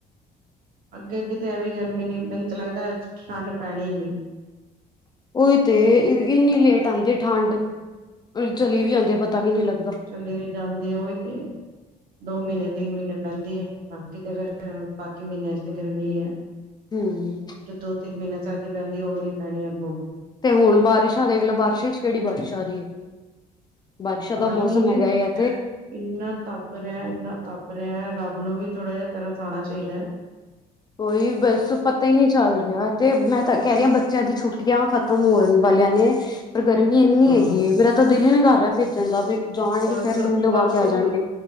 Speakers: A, on the right; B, on the left.
A: ਅੱਗੇ- ਅੱਗੇ ਤੇ ਐ ਵੀਂ ਗਰਮੀ ਨਹੀਂ ਮੈਨੂੰ ਲੱਗਦਾ ਠੰਡ ਪੈਣੀ ਨਹੀਂ।
B: ਉਹੀ ਤੇ ਇੰਨੀ ਲੇਟ ਆਉਂਦੀ ਠੰਡ। ਚਲੀ ਵੀ ਜਾਂਦੇ ਪਤਾ ਵੀ ਨਹੀਂ ਲੱਗਦਾ।
A: ਚਲੀ ਵੀ ਜਾਂਦੇ ਆ ਉਹੀ ਤੇ ਦੋ ਮਹੀਨੇ, ਤਿੰਨ ਮਹੀਨੇ ਪੈਂਦੇ ਹੈ ।ਬਾਕੀ ਤਾਂ ਫੇਰ ਬਾਕੀ ਮਹੀਨੇ ਤੇ ਗਰਮੀ ਹੈ।
B: ਹੂੰ
A: ਜੋ ਦੋ, ਤਿੰਨ ਮਹੀਨੇ ਸਰਦੀ ਪੈਂਦੀ ਉਹ ਵੀ ਨੀ ਪੈਣੀੱ ਅੱਗੋ।
B: ਤੇ ਹੁਣ ਬਾਰਿਸ਼ਾਂ ਦੇ ਅਗਲੇ ਬਾਰਿਸ਼ਾਂ ਚ ਕਿਹੜੀ ਬਾਰਿਸ਼ ਆ ਰਹੀ ਹੈ। ਬਾਰਸ਼ਾ ਦਾ
A: ਆ
B: ਮੌਸਮ
A: ਹੀ ਨੀ ਰਹੀ
B: ਹੈਗਾ ਥ
A: ਇੰਨਾ ਤਪ ਰਿਹਾ ਇੰਨਾ ਤਪ ਰਿਹਾ ਰੱਬ ਨੂੰ ਵੀ ਥੋੜਾ ਜਿਹਾ ਤਰਾ ਸ ਆਉਣਾ ਚਾਹੀਦਾ ਹੈ
B: ਕੋਈ ਬਸ ਪਤਾ ਹੀ ਨਹੀਂੀ ਚੱਲ ਰਿਹਾ ਤੇ ਮੈਂ ਤਾਂ ਕਹਿ ਰਹੀ ਹਾਂ ਬੱਚਿਆਂ ਦੀ ਛੁੱਟੀਆਂ ਖਤਮ ਤਾਂ ਮੋਰਨ ਵਾਲਿਆਂ ਨੇ ਪਰ ਗਰਮੀ ਇੰਨੀ
A: ਹਾਂ
B: ਹੈਗੀ ਏ ਵੀੇਰਾ ਤਾਂ ਦਿਲ ਹੀ ਨੀ ਕਰ ਰਿਹਾ ਭੇਜਣ ਦਾ ਵੀ ਜਾਣਗੇ
A: ਪਰਸੋਂ
B: ਫੇਰ ਲੂ ਲਵਾ
A: ਪਰਸੋਂ
B: ਕੇ ਆ ਜਾਣਗੇ।
A: ਤੋਂ